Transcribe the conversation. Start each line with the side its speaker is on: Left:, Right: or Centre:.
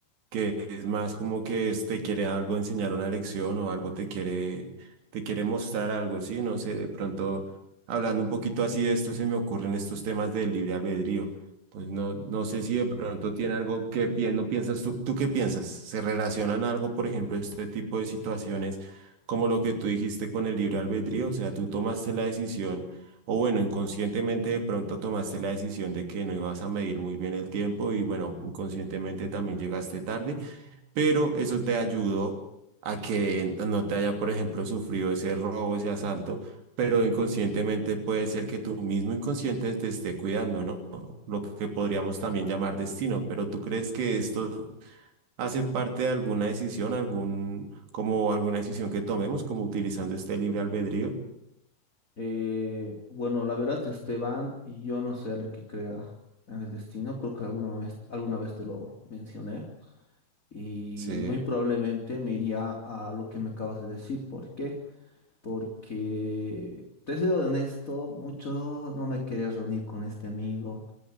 Right: que es más como que es- te quiere algo enseñar una lección o algo te quiere, te quiere mostrar algo, ¿sí? No sé, de pronto, hablando un poquito así de esto, se me ocurren estos temas del libre albedrío. Pues no, no sé si de pronto tiene algo que pi- no piensas tú, ¿tú qué piensas? ¿Se relacionan algo, por ejemplo, este tipo de situaciones como lo que tú dijiste con el libre albedrío? O sea, tú tomaste la decisión o bueno, inconscientemente de pronto tomaste la decisión de que no ibas a medir muy bien el tiempo y bueno, inconscientemente también llegaste tarde, pero eso te ayudó a que no te haya, por ejemplo, sufrido ese robo, ese asalto, pero inconscientemente puede ser que tu mismo inconsciente te esté cuidando, ¿no? Lo que podríamos también llamar destino, pero ¿tú crees que esto hace parte de alguna decisión, algún, como alguna decisión que tomemos, como utilizando este libre albedrío?
Left: Eh, bueno, la verdad, Esteban, y yo no soy alguien que crea en el destino, creo que alguna vez, alguna vez te lo mencioné, y
Right: Sí.
Left: muy probablemente me iría a lo que me acabas de decir. ¿Por qué? porque te soy honesto, mucho no me quería reunir con este amigo,